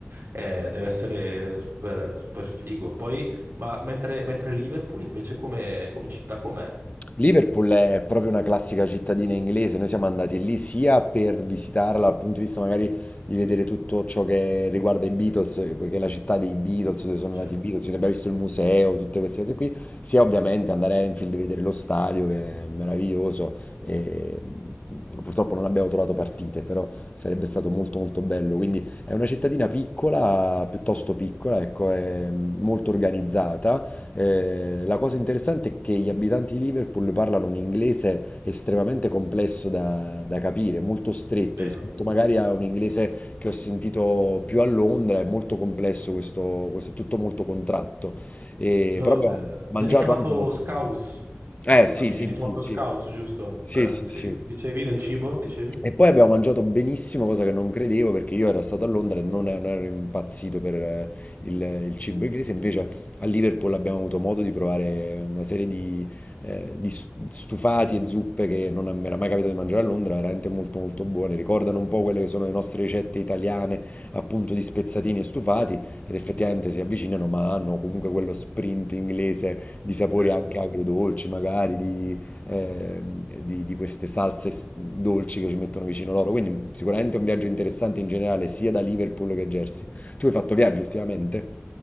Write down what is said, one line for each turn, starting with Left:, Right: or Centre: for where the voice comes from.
Right: eh, deve essere super, super figo. Poi, ma mentre, mentre Liverpool invece come, come città com'è?
Left: Liverpool è proprio una classica cittadina inglese, noi siamo andati lì sia per visitarla dal punto di vista magari di vedere tutto ciò che riguarda i Beatles, eh, poiché è la città dei Beatles, dove sono
Right: Certo,
Left: nati i Beatles, quindi abbiamo visto il museo, tutte queste cose qui, sia ovviamente andare a Enfield e vedere lo stadio che è meraviglioso, e, mh, purtroppo non abbiamo trovato partite, però sarebbe stato molto molto bello, quindi è una cittadina piccola, piuttosto piccola, ecco, è mh, molto organizzata eh, la cosa interessante è che gli abitanti di Liverpool parlano un inglese estremamente complesso da, da capire, molto stretto
Right: vero.
Left: rispetto magari a un inglese che ho sentito più a Londra, è molto complesso questo, questo è tutto molto contratto, E-
Right: Lo-
Left: però abbiamo
Right: eh,
Left: mangiato
Right: viene chiamato
Left: anche molto
Right: scaus,
Left: bene. Eh
Right: scusami,
Left: sì, sì,
Right: viene chiamato
Left: sì, sì,
Right: scaus, giusto?
Left: sì,
Right: Eh,
Left: sì,
Right: sì.
Left: sì.
Right: Dicevi del cibo, dicevi?
Left: E poi abbiamo mangiato benissimo, cosa che non credevo perché io ero stato a Londra e non non ero impazzito per eh, il, il cibo inglese. Invece a Liverpool abbiamo avuto modo di provare una serie di, eh, di s- stufati e zuppe che non mi era mai capitato di mangiare a Londra, veramente molto molto buone. Ricordano un po' quelle che sono le nostre ricette italiane, appunto di spezzatini e stufati, ed effettivamente si avvicinano, ma hanno comunque quello sprint inglese di sapori
Right: Certo.
Left: anche agrodolci, magari di eh, di, di queste salse s- dolci che ci mettono vicino loro. Quindi sicuramente è un viaggio interessante in generale, sia da Liverpool che Jersey. Tu hai fatto viaggio ultimamente?